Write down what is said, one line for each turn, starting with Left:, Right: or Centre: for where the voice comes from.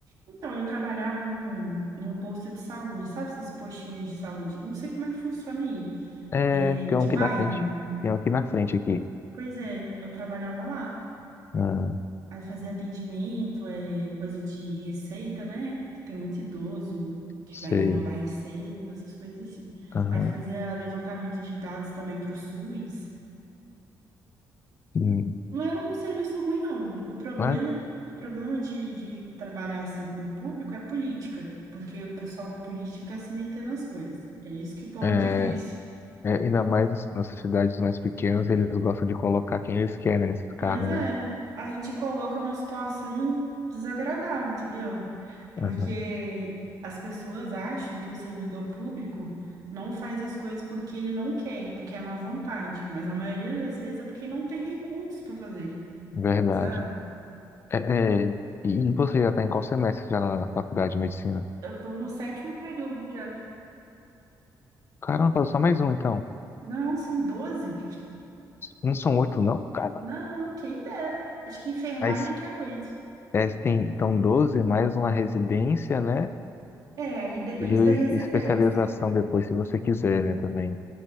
Right: Então, eu trabalhava num, num posto de saúde, sabe esses postinhos de saúde? Não sei como é que funciona aí,
Left: É,
Right: é,
Left: tem
Right: de
Left: um aqui
Right: bairro.
Left: na frente. Tem um aqui na frente aqui.
Right: Pois é, eu trabalhava lá.
Left: Ah,
Right: Aí fazia atendimento, é, coisa de receita, né? Tem muito idoso que
Left: sei.
Right: vai renovar receita, essas coisas assim.
Left: Aham.
Right: Aí fazia levantamento de dados também para o SUS.
Left: Hum,
Right: Não era um serviço ruim, não. O problema,
Left: mas,
Right: o problema de, de trabalhar assim com o público é política, porque o pessoal da política quer se meter nas coisas. É isso que torna
Left: É,
Right: difícil.
Left: é, ainda mais nas cidades mais pequenas, eles gostam de colocar quem eles querem nesses carros,
Right: Pois é,
Left: né?
Right: aí te coloca numa situação desagradável, entendeu? Porque
Left: Aham,
Right: as pessoas acham que o servidor público não faz as coisas porque ele não quer, porque é má vontade, mas na maioria das vezes é porque não tem recurso para fazer,
Left: Verdade.
Right: sabe?
Left: É, é, e você já está em qual semestre já na faculdade de medicina?
Right: Eu tô no sétimo período já.
Left: Caramba, só mais um então.
Right: Não, são 12.
Left: Não são oito, não, cara.
Right: Não, quem dera. Acho que enfermagem
Left: Mas
Right: que aguento.
Left: é, tem, então, 12 mais uma residência, né?
Right: É, aí depende
Left: E o-
Right: da residência.
Left: especialização depois, se você quiser, né, também.